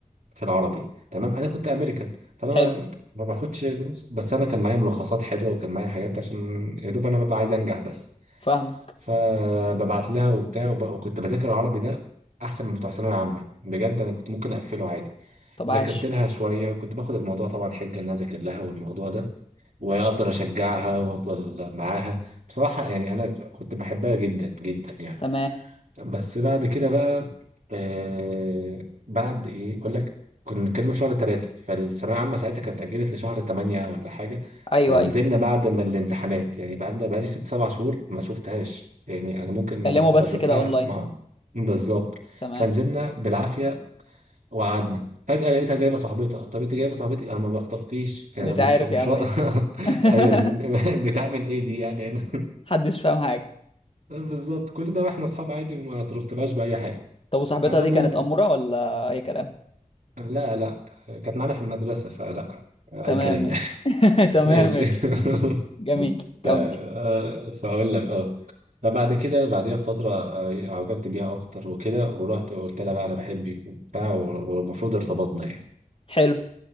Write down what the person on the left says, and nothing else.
حلو
فاهمك
طب
عاش
تمام
ايوه
ايوه
تكلموا بس
كده اونلاين
تمام
مش
عارف
يا عم
ايه ده
<laughs>
محدش فاهم حاجه
طب وصاحبتها
دي
كانت اموره ولا اي كلام
تمام
ماشي
<laughs> تمام
ماشي
جميل كمل
حلو